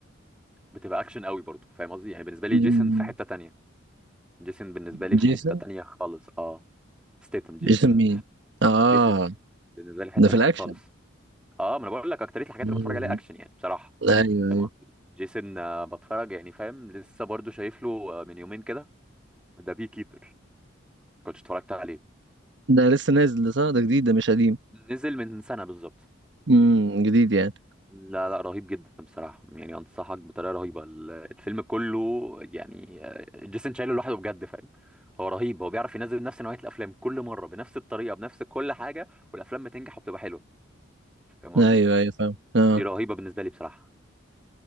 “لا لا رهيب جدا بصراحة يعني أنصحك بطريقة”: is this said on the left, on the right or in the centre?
Centre